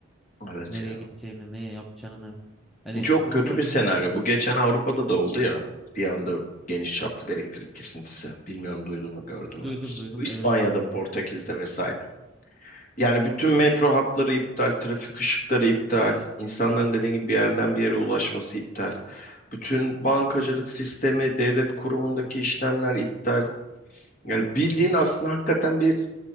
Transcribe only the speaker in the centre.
Nereye
gideceğini, ne yapacağını. Hani
e,
ko-
duydum duydum
evet evet.